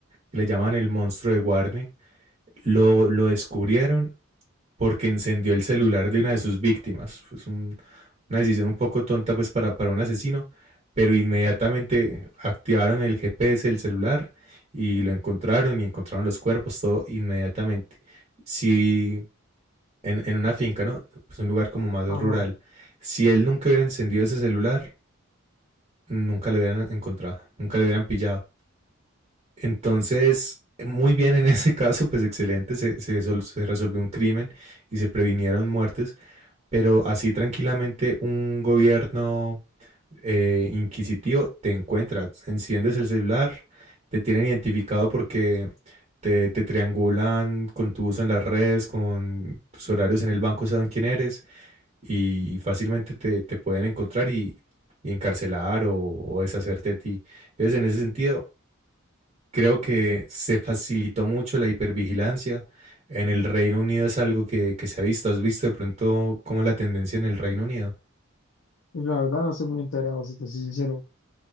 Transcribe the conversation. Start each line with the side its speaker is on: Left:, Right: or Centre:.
Right: que le llaman el monstruo de Guarne, lo, lo descubrieron porque encendió el celular de una de sus víctimas. Pues un- una decisión un poco tonta pues para, para un asesino, pero inmediatamente activaron el GPS del celular y lo encontraron y encontraron los cuerpos, todo inmediatamente. Si en, en una finca, ¿no? Pues un lugar como más
Left: Ajá.
Right: rural, si él nunca hubiera encendido ese celular, nunca lo hubieran encontrado, nunca lo hubieran pillado. Entonces, muy bien en ese caso, pues excelente, se, se, se resolvió un crimen y se previnieron muertes pero así tranquilamente un gobierno eh, inquisitivo te encuentra, enciendes el celular, te tienen identificado porque te, te triangulan con tu uso en las redes, con tus horarios en el banco, saben quién eres y, y fácilmente te, te pueden encontrar y, y encarcelar o, o deshacerte de ti. Entonces, en ese sentido, creo que se facilitó mucho la hipervigilancia. En el Reino Unido es algo que, que se ha visto. ¿Has visto de pronto cómo es la tendencia en el Reino Unido?
Left: Pues La verdad no estoy muy enterado, si te soy sincero.